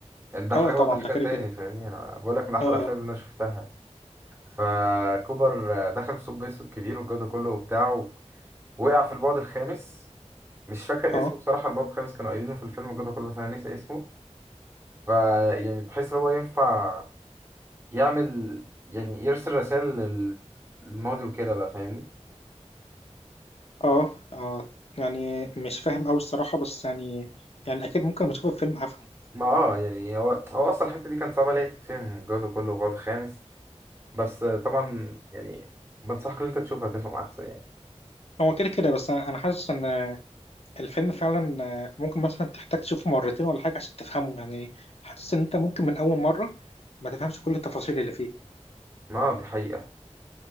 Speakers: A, on the right; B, on the left.
A: يعني ده
B: أه
A: حاجه
B: طبعا
A: وده حاجه
B: ده كده
A: تاني
B: كده
A: فاهمني انا بقول لك من احلى
B: أه
A: الافلام اللي انا شفتها فكوبر آه، دخل في ثقب اسود كبير والجوده كله وبتاع ووقع في البعد الخامس مش فاكر
B: أه
A: اسمه بصراحه البعد الخامس كانوا قايلينه في الفيلم الجوده كله بس انا ناسي اسمه ف يعني بحيث ان هو ينفع يعمل يعني يرسل رسائل للماضي وكده بقى فاهمني
B: أه أه آه. يعني مش فاهم أوي الصراحة بس يعني يعني أكيد ممكن لما أشوف الفيلم هفهم
A: ما اه يعني هو هو اصلا الحته دي كانت صعبه ليه تتفهم الجوده كله وبعد خامس بس طبعا يعني بنصحك ان انت تشوفها تفهم احسن يعني
B: هو كده كده بس انا أنا حاسس ان الفيلم فعلا ممكن مثلا تحتاج تشوفه مرتين ولا حاجه عشان تفهمه يعني حاسس ان انت ممكن من اول مره ما تفهمش كل التفاصيل اللي فيه
A: ما دي حقيقة